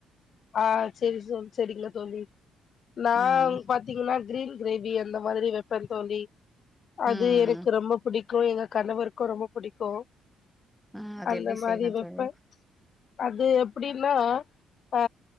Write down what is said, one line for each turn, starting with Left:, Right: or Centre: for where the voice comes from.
Left: ஆ சரி சரிங்க தோழி நா
Centre: ம்
Left: பாத்தீங்கனா கிரீன் கிரேவி அந்த மாதிரி வைப்பந்தோழி அது
Centre: ம்
Left: எனக்கு ரொம்ப பிடிக் கும் எங்க கணவருக்கு ரொம்ப பிடிக்கும்
Centre: ம் அது
Left: அந்த
Centre: எப்டி
Left: மாதி
Centre: செய்யணு
Left: வைப்பே
Centre: தோழி
Left: அது எப்டின்னா ஆ